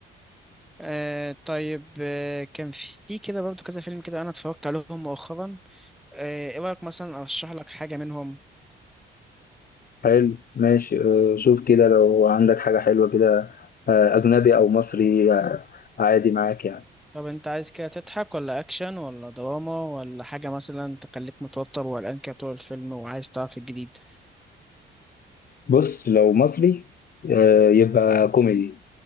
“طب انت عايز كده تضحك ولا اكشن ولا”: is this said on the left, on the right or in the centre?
Centre